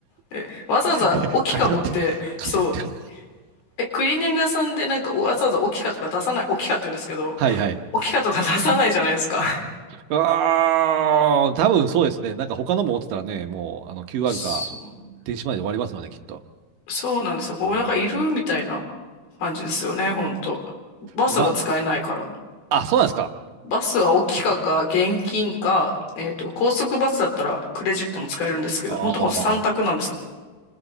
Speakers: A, on the left; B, on the right.
A: でわざわざオキカ持って、
B: <laughs> 偏って、偏ってるな。
A: そう、え、クリーニング屋さんでなんかわざわざオキカとか出さない、オキカって言うんですけど、
B: はいはい。
A: オキカとか出さないじゃないですか。
B: ああ、多分そうですね。なんか他のも持ってたらね、もうあの QR
A: <laughs> そう
B: か電子マネーで終わりますよね、きっと。
A: そうなんですよ。こう、
B: ああ。
A: なんかいるみたいな感じですよね、ほんと。バスも使えないから。
B: ま、あ、そうなんですか。
A: バスは大きかか、現金か、えっと、高速バスだったらクレジットも使えるんですけど、
B: ああ。
A: ほんとこの3択なんですよ。